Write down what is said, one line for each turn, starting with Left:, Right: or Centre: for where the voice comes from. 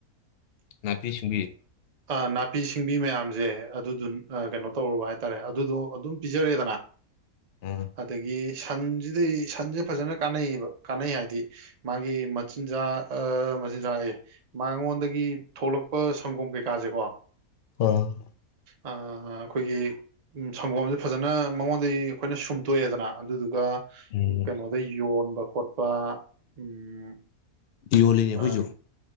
Left: ꯅꯥꯄꯤ ꯁꯤꯡꯕꯤ
Right: ꯑ ꯅꯥꯄꯤ ꯁꯤꯡꯕꯤ ꯃꯌꯥꯝꯁꯦ ꯑꯗꯨꯗꯨ ꯀꯩꯅꯣ ꯇꯧꯔꯒ ꯍꯥꯏ꯫ ꯍꯥꯏꯇꯥꯔꯦ ꯑꯗꯨꯗꯣ ꯑꯗꯨꯝ ꯄꯤꯖꯔ‌ꯦꯗꯅ꯫
Left: ꯎꯝ꯫
Right: ꯑꯗꯒꯤ ꯁꯟꯁꯤꯗꯤ ꯁꯟꯁꯦ ꯐꯖꯅ ꯀꯥꯟꯅꯩꯌꯦꯕ ꯀꯥꯟꯅꯩ ꯍꯥꯏꯗꯤ꯫ ꯃꯥꯒꯤ ꯃꯆꯤꯟꯖꯥꯛ ꯃꯆꯤꯟꯖꯥꯛ ꯍꯥꯏꯌꯦ ꯃꯉꯣꯟꯗꯒꯤ꯫ ꯒꯤ ꯊꯣꯛꯂꯛꯄ ꯁꯪꯒꯣꯝ ꯀꯩꯀꯥꯁꯦꯀꯣ꯫
Left: ꯑꯣ
Right: ꯑꯥ ꯑꯩꯈꯣꯏꯒꯤ ꯎ ꯁꯪꯒꯣꯝꯖꯦ ꯐꯖꯅ ꯃꯉꯣꯟꯗꯒꯤ ꯑꯩꯈꯣꯏꯅ ꯁꯨꯝꯇꯣꯛꯑꯦꯗꯅ ꯑꯗꯨꯗꯨꯒ
Left: ꯎꯝ
Right: ꯀꯩꯅꯣꯗ ꯌꯣꯟꯕ ꯈꯣꯠꯄ ꯎꯝ
Left: ꯌꯣꯜꯂꯤꯅꯦ
Right: ꯑꯥ
Left: ꯑꯩꯈꯣꯏꯖꯨ